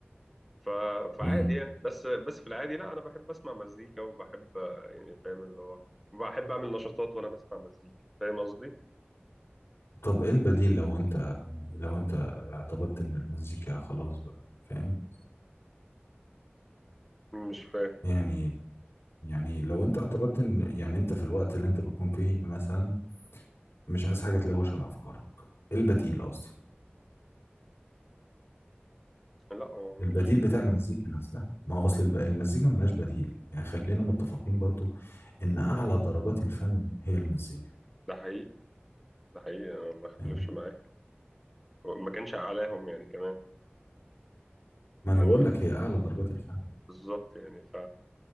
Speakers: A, in the centre; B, on the left (about 85°).
A: ف... فعادي
B: امم
A: يعني بس بس في العادي لا انا بحب اسمع مزيكا وبحب آه، يعني فاهم اللي هو بحب اعمل نشاطات وانا بسمع مزيكا فاهم قصدي
B: طب ايه البديل لو انت يعني لو انت اعتبرت ان المزيكا خلاص بقى فاهم
A: مش فاهم
B: يعني يعني لو انت اعتبرت ان يعني انت في الوقت اللي انت بتكون فيه مثلا مش عايز حاجة تلوش على افكارك ايه البديل قصدي
A: لا هو مش
B: البديل بتاع المزيكا نفسها ما هو اصل الب- المزيكا ملهاش بديل يعني خلينا متفقين برضو ان اعلى درجات الفن هي المزيكا
A: ده حقيقي ده حقيقي انا ما اختلفش
B: تمام
A: معاك هو ما كانش اعلاهم يعني كمان
B: ما
A: يعني
B: انا بقول لك هي اعلى درجات الفن
A: بالظبط يعني ف